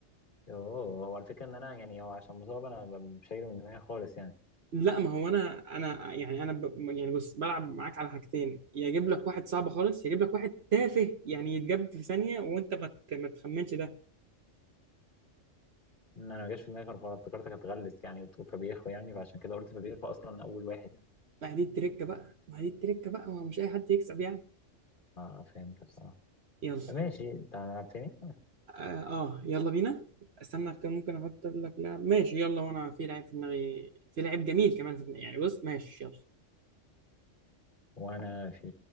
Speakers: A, on the left (about 45°); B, on the right (about 60°).
A: يوه هو الفكرة ان انا يعني هو عشان مصاب انا ب- شايله من دماغي خالص يعني
B: لا ما هو انا انا يعني انا ب... يعني بص بلعب معاك على حاجتين يا اجيب لك واحد صعب خالص يا اجيب لك واحد تافه يعني يتجاب في ثانيه وانت ما ت- ما تخمنش ده
A: إن انا ما جاش في دماغي كارفاخال افتكرتك هتغلس يعني وتقول فابيخو يعني فعشان كده قلت فابيخو اصلا اول واحد يعني
B: ما هي دي التركة بقى ما هي دي التركة بقى ما هو مش أي حد يكسب يعني
A: اه فهمت بصراحة
B: يلا
A: ماشي انت هنلعب تاني
B: آه, آه يلا بينا استنى كان ممكن أحط لك لاعب ماشي يلا وأنا في لعيب في دماغي في لعيب جميل كمان في دماغي يعني بص ماشي يلا
A: وانا في